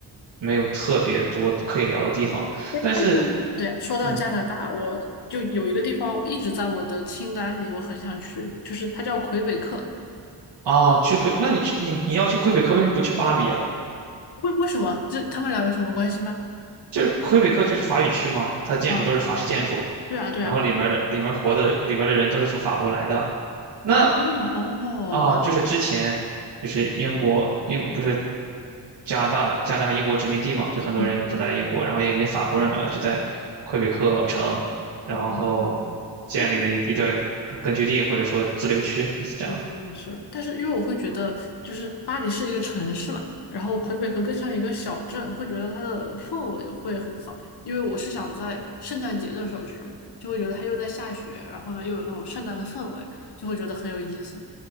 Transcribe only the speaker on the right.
没有特别多可以聊的地方。
但是，
嗯，
啊，去魁，那你去你你要去魁北克，为什么不去巴黎啊？
就是魁北克就是法语区嘛，它的建筑都是法式建筑，
然后里面的里面活的里面的人都是从法国来的。那
啊，就是之前就是英国英不是加拿大加拿大是英国殖民地嘛，就很多人都来英国，
然后也有一些法国人来了，就在魁北克城，然后建立了一一段根根据地或者说自留区是这样的。